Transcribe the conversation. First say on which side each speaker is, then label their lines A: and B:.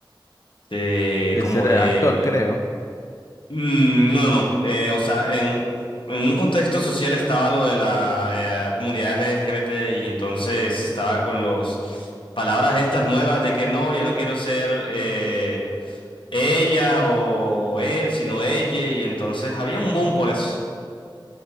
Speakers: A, on the left; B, on the left.
A: de
B: de
A: como
B: ser
A: Sí.
B: actor,
A: de,
B: creo.
A: Mm, No, no, no. Eh, o sea, en, en un contexto social estaba lo de la eh, comunidad LGBT y entonces estaba con los palabras estas nuevas de que no, yo no quiero ser eh, ella o él, sino ella y entonces había un boom por eso.